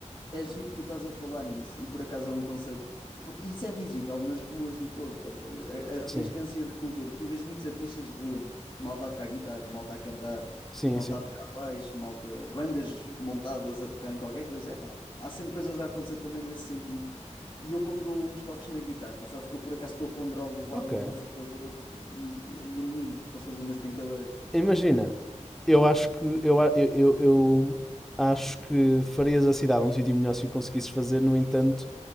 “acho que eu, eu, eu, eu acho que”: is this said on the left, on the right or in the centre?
Centre